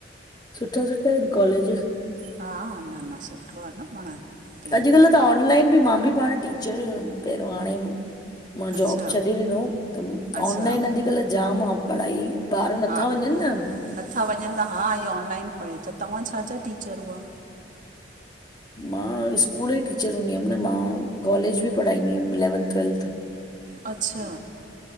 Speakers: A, on the left; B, on the right.
A: सुठा सुठा आहिनि कॉलेज।
B: हा हा, न न सुठो आ न पाण ते।
A: अॼुकल्ह त ऑनलाइन बि मां बि पाण टीचर हुयुमि पहिरियों। हाणे मां
B: अच्छा
A: जॉब छॾे ॾिनो, त
B: अच्छा
A: ऑनलाइन अॼुकल्ह जाम आ पढ़ाई। ॿार नथा
B: हा
A: वञनि न।
B: नथा वञनि ता हा इो ऑनलाइन पढ़े, त तव्हां छा छा टीचर हुआ?
A: मां स्कूल ई टीचर हूंदी हुअमि न, मां कॉलेज बि पढ़ाईंदी हुअमि इलेवंथ ट्वेल्थ।
B: अच्छा।